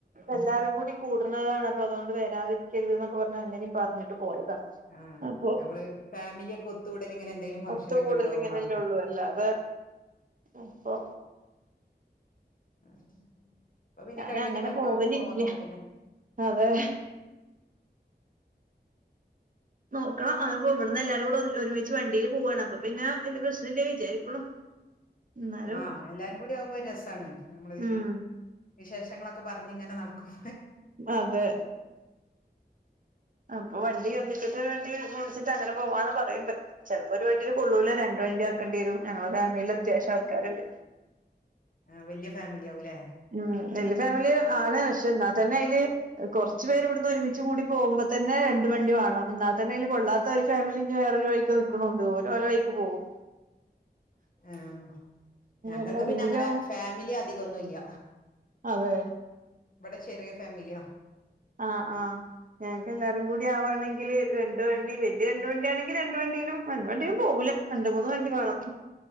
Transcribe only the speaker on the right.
എല്ലാരും കൂടി കൂടണതാണ്. അപ്പ അതോണ്ട് വെരാതിരിക്കരുത് ന്നൊക്കെ പറഞ്ഞ് അങ്ങനെ പറഞ്ഞിട്ട് പോയതാ.
അപ്പൊ,
ഒത്ത്
കൂടല്
ഇങ്ങനെയല്ലെ ഉള്ളൂ. അല്ലാതെ അപ്പൊ
ഞാൻ
അങ്ങനെ
പോവലില്ല
അതെ നോക്കണം. അതിപ്പോ ഇവടന്ന് എല്ലാരും കൂടെ ഒരു ഒരുമിച്ച് വണ്ടിയില് പോവാണ്. അപ്പോപ്പിന്നെ വല്ല്യ പ്രശ്നം ഇല്ലേ വിചാരിക്കണു. എന്നാലും
ഉം
അതെ അപ്പൊ വണ്ടി ഒന്നിച്ചിട്ട് വണ്ടി വിളിച്ചിട്ട് അങ്ങനെ പോവാന്ന് പറയ്ണ്ട്. ചെലപ്പോ ഒര് വണ്ടില് കൊള്ളൂല്ല, രണ്ട് വണ്ടി ആക്കണ്ടി വെരും. ഞങ്ങളെ ഫാമിലീല് അത്യാവശ്യം ആൾക്കാര്ണ്ട്.
ഉം. വല്ല്യ ഫാമിലി ആണ്. പശ്ശേ എന്നാ തന്നെ അയില് കൊറച്ച് പേര് ഇവ്ട്ന്ന് ഒരുമിച്ച് കൂടി പോകുമ്പോ തന്നെ രണ്ട് വണ്ടി വാണം. എന്നാ തന്നെ അയില് കൊള്ളാത്ത ഒര് ഫാമിലി ഇനി വേറൊരു വഴിക് തേക്കൊണോണ്ട്. ഓരോ ഓരോ വയിക്ക് പോവും.
എല്ലാരും
കൂടി
അതേ.
ആഹ് ആഹ്. ഞങ്ങക്ക് എല്ലാരും കൂടി ആവാണെങ്കില് രണ്ട് വണ്ടി വല്ല്യ രണ്ട് വണ്ടി ആണെങ്കി രണ്ട് വണ്ടിയിലും രണ്ട് വണ്ടീലും പോവൂല്ല. രണ്ട് മൂന്ന് വണ്ടി വേണം.